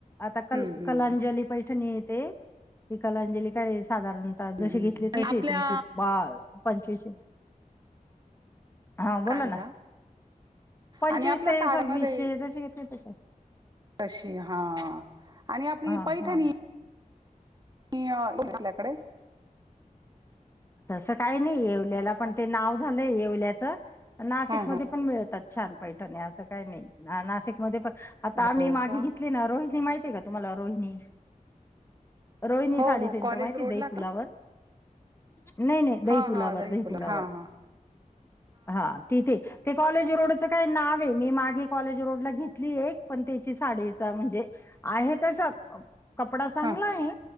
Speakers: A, on the left; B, on the right.
A: आता, कल-कलांजली
B: हम्म, हम्म,
A: पैठणी येते, ती कलांजली काय, साधारण आता
B: हम्म,
A: जशी
B: हम्म.
A: घेतली,
B: आणि
A: तशी
B: आपल्या
A: ये तुमची, बा-पंचवीशे हां, बोला
B: काय म्हणता
A: ना. पंचवीसे,
B: आणि आपल्या साड्यामध्ये
A: सव्वीसशे जशी घेतले, तशी.
B: तशी हा. आणि आपली
A: हा
B: पैठणी
A: हा
B: <inaudible>
A: तसं काही नाही. येवल्याला पण ते नाव झालंय येवल्याचं. पण नाशिकमध्ये
B: हा हा
A: पण मिळतात छान पैठण्या असं काही नाही, नाशिकमध्ये पण आता
B: हो
A: आम्ही मागे
B: का
A: घेतली ना. रोहिणी माहिती आहे का? तुम्हाला रोहिणी. रोहिणी
B: हो
A: साडी
B: हो
A: सेंटर
B: कॉलेज
A: माहिती
B: रोडला
A: दही फुलावर?
B: का
A: नाही नाही दही
B: हा
A: फुलावर
B: हा दही
A: दहीफुलावर.
B: पुला हा हा
A: हा. ति ती कॉलेज रोड वर त्या काही नाव आहे. मी मागे कॉलेज रोड ला घेतली एक. पण त्याची साडीचा म्हणजे आहे तसं. कपडा चांगला
B: हा
A: आहे.